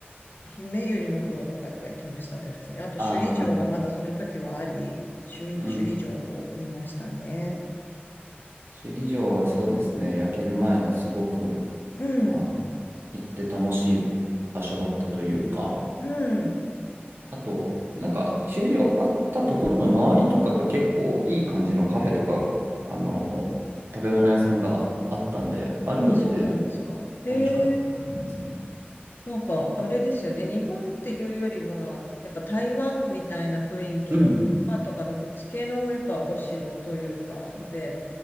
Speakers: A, on the left; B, on the right.
A: 姫百合の塔とかやっぱ行きましたね、普通に。あと、
B: ああ、
A: 首里城がまだその時はあり、
B: まあ、
A: 首里首里城を見ましたね。
B: うん。首里城はそうですね。焼ける前はすごく、
A: うん、
B: あ、行って楽しい場所だったというか。
A: うん。
B: あと、なんか、首里城あったところの周りとかが結構いい感じのカフェとか、あの、食べ物屋さんがあったんで、歩いてて
A: あ、そうなんですか。へえ。
B: 楽しかったところがありますね。
A: なんか、あれですよね。日本っていうよりは、やっぱ台湾みたいな雰囲気の、
B: うん。
A: 台湾とかのそっち系のやっぱお城というか、で、